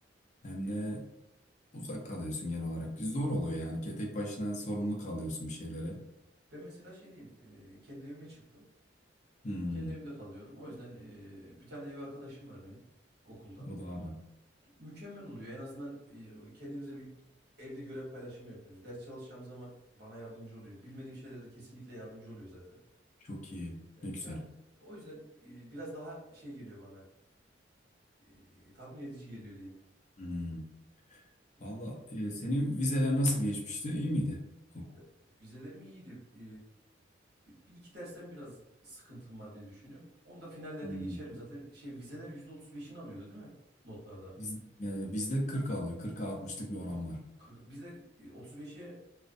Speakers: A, on the left (about 40°); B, on the right (about 55°).
A: Hem
B: Ee,
A: de Uzak kalıyorsun genel olarak. Zor oluyor yani. Ke- Tek başına sorumlu kalıyorsun bir şeylere.
B: ben mesela şey diyeyim, e, kendi evime çıktım.
A: Hmm,
B: Kendi evimde kalıyorum. O yüzden e, bir tane de ev arkadaşım var benim okuldan.
A: o da ara.
B: Mükemmel oluyor. En azından e, kendimize bir evde görev paylaşımı yapıyoruz. Ders çalışacağım zaman bana yardımcı oluyor. Bilmediğim şeylere de kesinlikle yardımcı oluyor zaten.
A: Çok iyi.
B: E,
A: Ne güzel.
B: yani o yüzden e, biraz daha şey geliyor bana. e, tatmin edici geliyor diyeyim.
A: Hmm.
B: Yani
A: Valla e, senin vizeler nasıl geçmişti? İyi miydi? Yok.
B: Ya, Vizelerim iyiydi. Ee, bir iki dersten biraz sıkıntım var diye düşünüyorum. Onu da finallerde
A: Hmm.
B: geçerim. Zaten şey vizeler yüzde otuz beşini alıyordu değil mi? Notlarda.
A: Biz, e, bizde 40 alıyor. Kırk'a 60'lık bir oran var.
B: 40, bizde e, otuz beşe